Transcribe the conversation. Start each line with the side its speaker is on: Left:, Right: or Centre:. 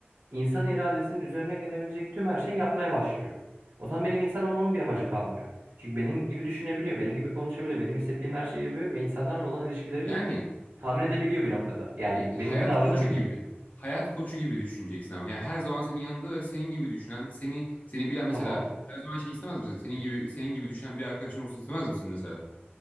Right: İnsan iradesinin üzerine gelebilecek tüm her şeyi yapmaya başlıyor. O zaman benim insan olmamın bir amacı kalmıyor. Çünkü benim gibi düşünebiliyor, benim gibi konuşabiliyor, benim hissettiğim her şeyi yapıyor ve insanlarla olan ilişkilerimi
Left: Yani
Right: tahmin edebiliyor bir noktada. Yani
Left: e, hayat
Right: benim gibi davranabiliyor.
Left: koçu gibi. Hayat koçu gibi düşüneceksin ama. Yani her zaman senin yanında ve senin gibi düşünen, seni seni bilen
Right: Tamam.
Left: mesela her zaman şey istemez misin? Senin gibi senin gibi düşünen bir arkadaşın olsun istemez misin mesela?